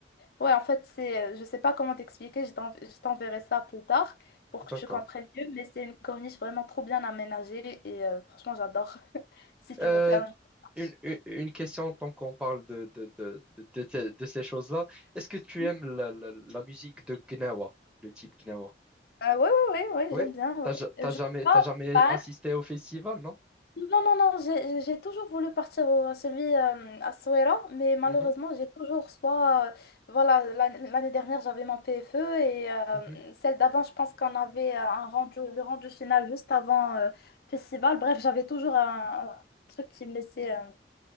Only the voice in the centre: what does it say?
D'accord.
Euh,
une, une, une question, tant qu'on parle de, de, de, de, de- de ces choses-là, est-ce que tu
aimes la, la, la musique de Gnawa, le type Gnawa?
Oui,
t'as, ja-
t'as
jamais,
t'as jamais
assisté au festival, non?
Mhm,
mhm.